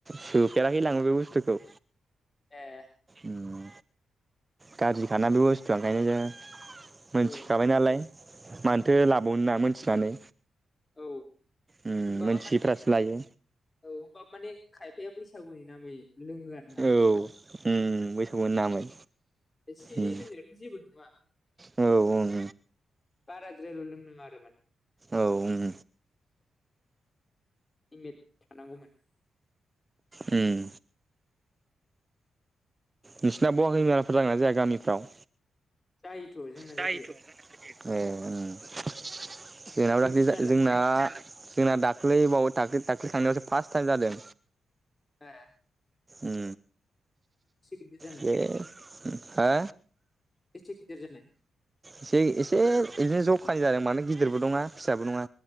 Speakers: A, on the right; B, on the left.
A: सोफेराखै लाङो बे बुस्थुखौ
B: ए
A: उम गाज्रिखाना बे बुस्थुआ ओंखायनो जों मोनथिखाबाय
B: औ
A: नालाय मानो थो लाबावनो ना मोनथिनानै
B: औ
A: उम
B: होमबाबो
A: मोनथियैफ्रासो
B: माने
A: लायो।
B: औ होमबाबो माने खायफाया बैसागुनि नामै लुङो आरो ना
A: औ उम बैसागुनि नामै
B: एसे एनै
A: उम
B: लोंनायाथ' जेबो नङा
A: औ उम
B: बाराद्राल' लोंनो नाङा आरो‌ माने
A: औ ओं
B: लिमेट थानांगौ माने
A: उम नोंसिना बह हैमानलाफोर जागोन जाया गामिफ्राव
B: जायोथ' जोंना
A: जायोथ'
B: जायो
A: ए ओं <inaudible> जोंनाबो
B: नोंसिनालाय
A: दाखलि जोंना जोंना दाख्लैबावै दाख्लै दाख्लै थांनायावसो फार्स्ट टाइम जादों।
B: ए
A: उम
B: गिदिर जानाय
A: बे उम हा
B: बेसिगिदेर जानाय
A: एसे एसे बिदिनो ज' खानि जादों मानो गिदिरबो नङा फिसाबो नङा